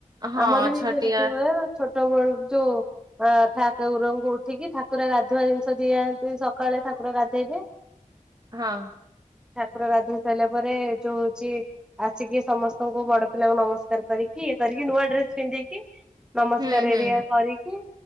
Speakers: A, on the right (about 30°); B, in the centre.
A: ହଁ
B: ଆମର ବି
A: ଛଟିଆ
B: ସେମିତି ହୁଏ ଛୋଟ ଟ ବେଳୁ ଯୋଉ ଠା ଗରଙ୍କୁ ଉଠିକି ଠାକୁରା ଗାଧୁଆ ଜିନିଷ ଦିଆନ୍ତି ସକାଳେ ଠାକୁ କୁକୁର ଗାଧେଇବେ।
A: ହଁ।
B: ଠାକୁର ଗାଧେଇ ସାଇଲା ପରେ ଯୋଉ ହଉଛି ଆସିକି ସମସ୍ ଙ୍କୁ ବଡ ପିଲାଙ୍କୁ ନମସ୍କାର କରିକି ଇଏ କରିକି ନୂଆ ଡ୍ରେସ ପିନ୍ଧିକି ନମସ୍କାର
A: ହୁଁ ହୁଁ।
B: ଏରିଆ କରିକି